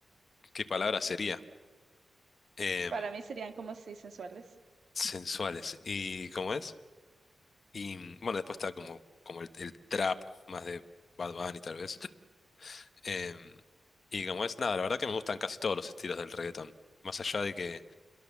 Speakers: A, on the left; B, on the right.
A: qué palabra sería. Em,
B: para mí serían como si sensuales.
A: sensuales. ¿Y cómo es? Y bueno, después está como, como el, el trap, más de Bad Bunny tal vez. Em, y como es, nada, la verdad que me gustan casi todos los estilos del reggaetón. Más allá de que